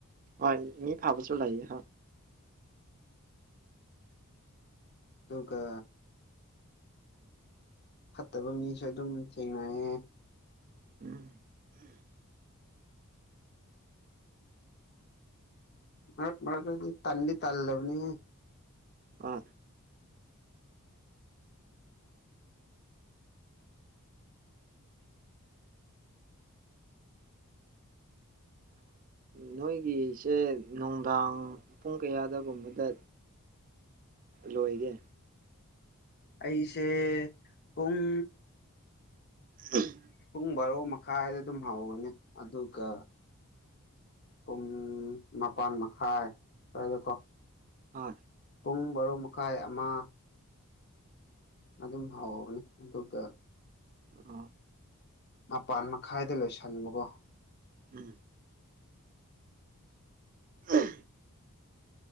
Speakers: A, on the right; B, on the left.
A: ꯍ ꯃꯤ ꯐꯕꯁꯨ ꯂꯥꯏꯌꯦ ꯍ
B: ꯑꯗꯨꯒꯒ ꯐꯠꯇꯕ ꯃꯤꯁꯨ ꯑꯗꯨꯝ ꯊꯦꯡꯅꯌꯦꯦ
A: ꯎꯝ
B: ꯃꯔ ꯃꯔꯔꯗꯤ ꯇꯥꯟꯗꯤ ꯇꯥꯜ ꯂꯕꯅꯤ ꯍꯥꯏ
A: ꯍ ꯅꯣꯏꯒꯤꯁꯦ ꯅꯨꯡꯗꯥꯡ ꯄꯨꯡ ꯀꯌꯥꯗꯒꯨꯝꯕꯗ ꯂꯣꯏꯒꯦ
B: ꯑꯩꯁꯦ ꯄꯨꯡ
A: ꯎꯝ
B: ꯄꯨꯡ ꯕꯥꯔꯣ ꯃꯈꯥꯏꯗ ꯑꯗꯨꯝ ꯍꯧꯒꯅꯤ ꯑꯗꯨꯒ ꯄꯨꯡ ꯃꯄꯜ ꯃꯈꯥꯏ ꯑꯣꯏꯗꯀꯣ
A: ꯍꯣꯏ
B: ꯄꯨꯡ ꯕꯥꯔꯣ ꯃꯈꯥꯏ ꯑꯃ ꯑꯗꯨꯝ ꯍꯥꯎꯅꯦ ꯑꯗꯨꯒ
A: ꯑꯣ
B: ꯃꯄꯥꯟ ꯃꯈꯥꯏꯗ ꯂꯣꯏꯁꯟꯕꯨꯒꯣ
A: ꯎꯝ ꯎꯝ